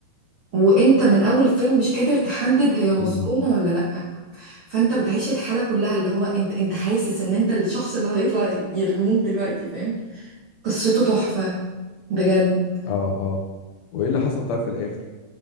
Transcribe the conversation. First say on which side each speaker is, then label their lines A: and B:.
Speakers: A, on the right; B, on the left.
A: وانت من اول الفيلم مش قادر تحدد هي مظلومة
B: مم.
A: ولا لأ فانت بتعيش الحاله كلها اللي هو انت انت حاسس ان انت الشخص اللي هيطلع يرجموك دلوقتي فاهم قصته تحفه بجد
B: اه اه وايه اللي حصل طيب في الاخر